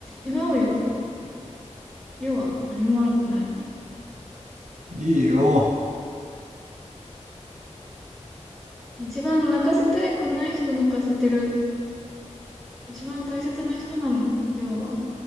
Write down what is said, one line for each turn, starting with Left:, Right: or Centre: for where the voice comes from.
Centre: 違うよ。要は何も悪くない。
Right: いいよ
Centre: 一番泣かせたくない人泣かせてる。一番大切な人なの、要は。